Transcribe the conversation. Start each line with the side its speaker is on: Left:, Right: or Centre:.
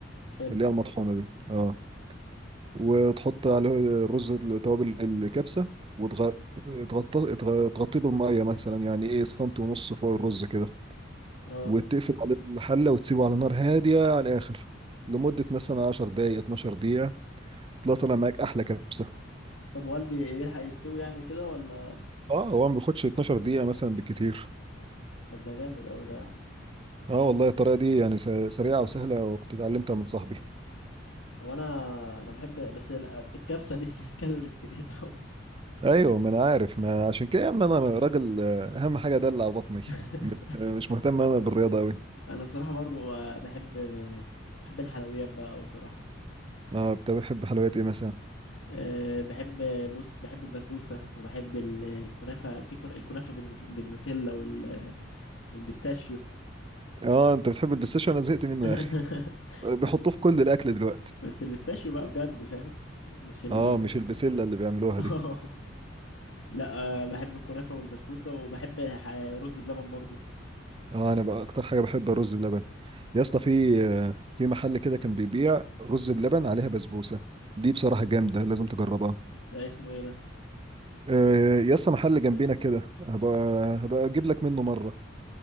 Left: حلو
Right: اللي هي المطحونة دي اه وتحط عليه الرز توابل الكبسة وتغطيه تغطيه بالمية مثلا يعني ايه سنتي ونص فوق الرز كده
Left: اه
Right: وتقفل على الحلة وتسيبه على نار هادية على الآخر لمدة مثلا 10 دقايق 12 دقيقة تلاقي طالع معاك أحلى كبسة
Left: طب والبي يلحق يستوي يعني كده ولا
Right: اه هو ما بياخدش 12 دقيقة مثلا بالكتير
Left: طب ده جامد قوي ده يا عم
Right: اه والله الطريقة دي يعني س- سريعة وسهلة وكنت اتعلمتها من صاحبي
Left: هو انا انا بحب بس ال- الكبسة دي فيها <laughs> كالوريز كتير قوي
Right: ايوه ما انا عارف ما عشان كده يا عم انا راجل آه، اهم حاجه ادلع بطني
Left: <laughs>
Right: م- آه، مش مهتم انا بالرياضه قوي
Left: انا صراحة برضو بحب بحب الحلويات بقى قوي صراحة
Right: اه انت بتحب حلويات ايه مثلا
Left: أه بحب بص بحب البسبوسة وبحب ال- الكنافة في كنا الكنافة بالن- بالنوتيلا وال والبيستاشيو
Right: اه انت بتحب البistاشيو انا زهقت
Left: <laughs>
Right: منه يا اخي آه، بيحطوه
Left: بس
Right: في كل الاكل دلوقتي
Left: بس البيستاشيو بقى بجد فاهم مش ال
Right: اه مش البسله اللي بيعملوها
Left: <laughs> اه
Right: دي
Left: لا أه بحب الكنافة والبسبوسة وبحب ح- رز بلبن برضو
Right: اه انا بقى اكتر حاجه بحب الرز بلبن يا اسطى في آه، في محل كده كان بيبيع رز بلبن عليها بسبوسه دي بصراحه جامده لازم تجربها
Left: ده اسمه ايه ده
Right: آه، يا اسطى محل جنبينا كده هبقى هبقى اجيب لك منه مره